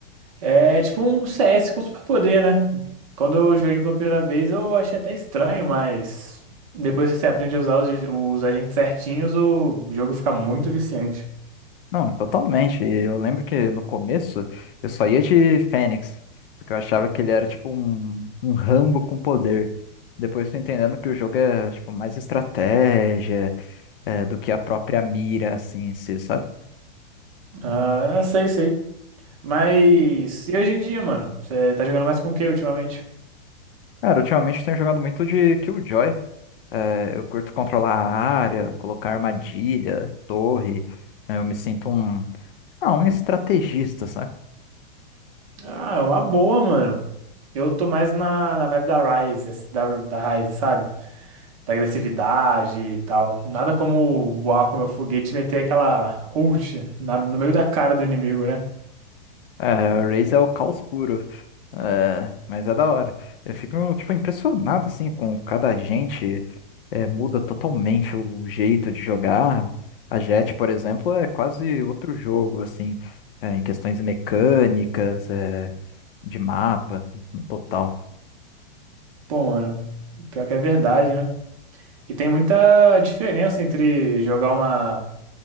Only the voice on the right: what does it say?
É tipo um CS com superpoder, né? Quando eu joguei pela primeira vez, eu achei até estranho, mas depois que você aprende a usar os, os agentes certinhos, o jogo fica muito viciante.
Ah, sei, sei. Mas e hoje em dia, mano? Você tá jogando mais com o que ultimamente?
Ah, é uma boa, mano. Eu tô mais na, na vibe da Ryze, ass- da, da Ryze, sabe? Da agressividade e tal. Nada como voar com meu foguete e meter aquela ult na- no meio da cara do inimigo, né?
Pô, mano, pior que é verdade, né? E tem muita diferença entre jogar uma,